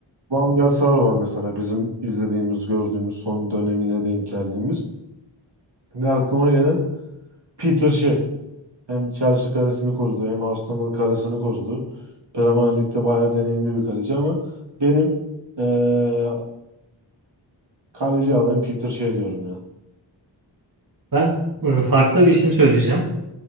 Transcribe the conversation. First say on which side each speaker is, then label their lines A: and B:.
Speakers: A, on the right; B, on the right.
A: Van der Sar var mesela bizim izlediğimiz, gördüğümüz son dönemine denk geldiğimiz. Ve aklıma gelen Peter Shea. Hem Chelsea karesini korudu hem Arsenal karesini korudu. Premier Lig'de bayağı deneyimli bir kaleci ama benim eee, kaleci adayım Peter Shea diyorum ya.
B: Ben e, farklı bir isim söyleyeceğim.